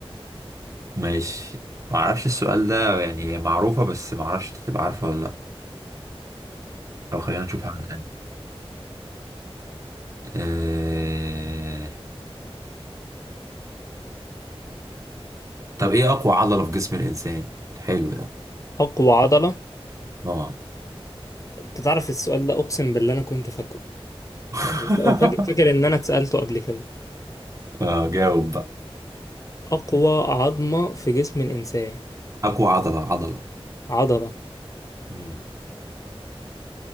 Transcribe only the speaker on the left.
اقوى عضلة
انت تعرف السؤال ده اقسم بالله انا كنت فاكره
أو فاكر فاكر ان انا اتسألته قبل كده
اقوى عظمة في جسم الانسان
عضلة